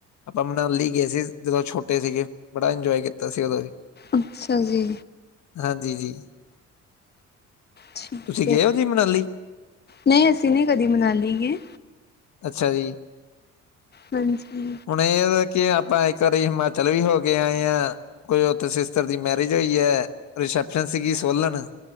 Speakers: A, on the left; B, on the left.
A: ਆਪਾਂ ਮਨਾਲੀ ਗਏ ਸੀ ਜਦੋਂ ਛੋਟੇ ਸੀਗੇ ਬੜਾ ਇੰਜੋਏ ਕੀਤਾ ਸੀ ਉਦੋਂ ਵੀ
B: ਅੱਛਾ ਜੀ
A: ਹਾਂਜੀ ਜੀ
B: ਠੀਕ
A: ਤੁਸੀਂ ਗਏ
B: ਹੈ
A: ਹੋ ਜੀ ਮਨਾਲੀ
B: ਨਹੀਂ ਅਸੀਂ ਨਹੀਂ ਕਦੀ ਮਨਾਲੀ ਗਏ
A: ਅੱਛਾ ਜੀ।
B: ਹਾਂਜੀ।
A: ਹੁਣ ਏ ਕੀ ਆਪਾਂ ਇੱਕ ਵਾਰੀ ਹਿਮਾਚਲ ਵੀ ਹੋ ਕੇ ਆਏ ਹਾਂ। ਕੋਈ ਉੱਥੇ ਸਿਸਟਰ ਦੀ ਮੈਰਿਜ ਹੋਈ ਐ ਰਿਸੈਪਸ਼ਨ ਸੀਗੀ ਸੋਲਨ।